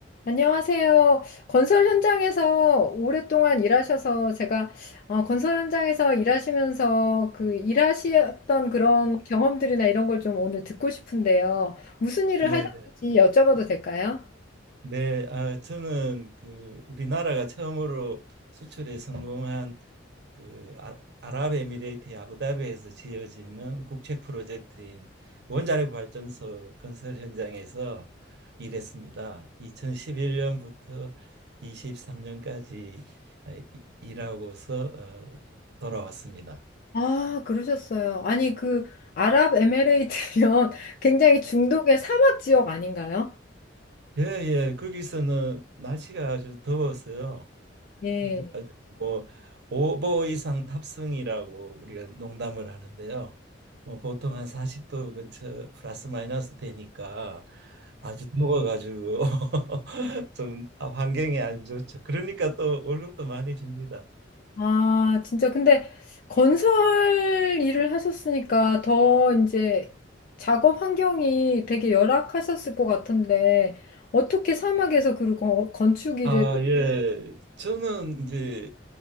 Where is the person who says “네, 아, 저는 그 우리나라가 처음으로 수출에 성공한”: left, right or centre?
Right